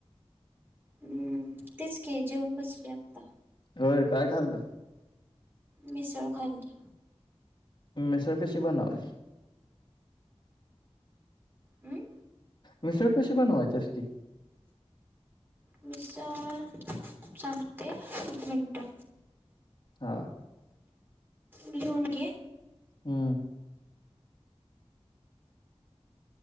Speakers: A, on the right (about 20°); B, on the left (about 45°).
A: हम्म, तेच की जेवून बसले आता.
B: होय. काय खाल्लं?
A: मिसळ खाल्ली.
B: मिसळ कशी बनावली?
A: हम्म.
B: मिसळ कशी बनवायची असती?
A: मिसळ सांगते. एक मिनटं
B: हा.
A: लिहून घे.
B: हम्म.